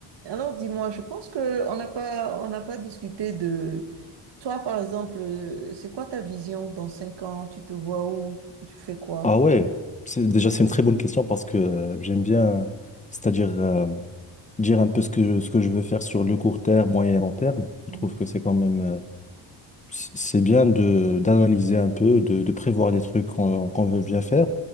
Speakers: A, on the right; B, on the left.
A: Alors, dis-moi, je pense que on n'a pas, on n'a pas discuté de toi, par exemple, euh, c'est quoi ta vision dans cinq ans? Tu te vois où? Tu tu fais quoi?
B: Ah ouais, c'est, déjà c'est une très bonne question parce que euh, j'aime bien, euh, c'est-à-dire euh, dire un peu ce que, ce que je veux faire sur le court terme, moyen et long terme. Je
A: Mhm,
B: trouve que c'est quand même, euh, c- c'est bien de d'analyser un peu, de, de prévoir des trucs qu'on qu'on veut bien faire.